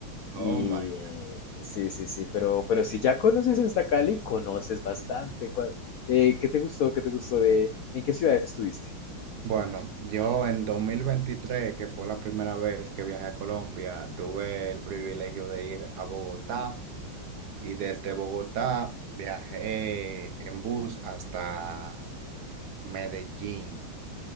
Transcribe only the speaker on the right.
Oh
my.
Bueno, yo en dos mil veintitrés que fue la primera vez que viajé a Colombia, tuve el privilegio de ir a Bogotá y desde Bogotá viajé en bus hasta Medellín.